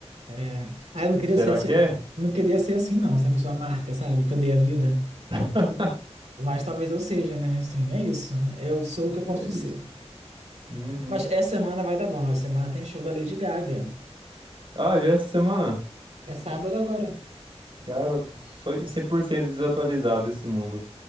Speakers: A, on the right; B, on the right.
A: É. Ah, eu não queria
B: Será
A: ser assim.
B: que é?
A: Não queria ser assim, não, essa pessoa marca, sabe? Que eu dei a vida.
B: <laughs>
A: Mas talvez eu seja, né? Assim, é isso. Eu sou o que eu posso
B: É
A: ser.
B: isso. Uhum.
A: Mas essa semana vai dar bom. Essa semana tem show da Lady Gaga.
B: Ah, já é essa semana?
A: É sábado agora.
B: Cara, eu tô só em 100% desatualizado desse mundo.